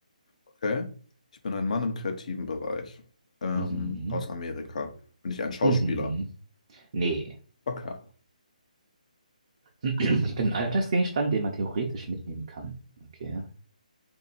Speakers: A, on the left; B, on the right.
A: Okay. Ich bin ein Mann im kreativen Bereich. Ähm,
B: Mhm.
A: aus Amerika. Bin ich ein Schauspieler?
B: Mhm. Nee.
A: Okay.
B: <clears throat> Ich bin ein Alltagsgegenstand, den man theoretisch mitnehmen kann. Okay.